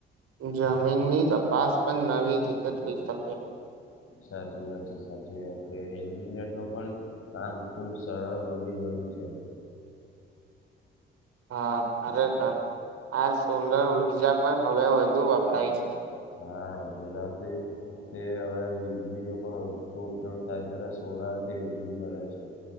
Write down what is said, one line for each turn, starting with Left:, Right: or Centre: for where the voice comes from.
Right: જમીનની તપાસ પણ નવી રીતે થઈ શકે
Left: સાચી વાત છે સાચી વાત છે એન્જિનિયર નુ પણ કામ ખુબ સરળ બની ગયું છે <inaudible>
Right: હા ખરેખર આ સોલર ઉર્જા પણ હવે વધુ વપરાય છે
Left: હા જેનાથી તે હવે વીજળીનો પણ ઓછો ઉપયોગ થાય તેના સોલાર થી વીજળી બને છે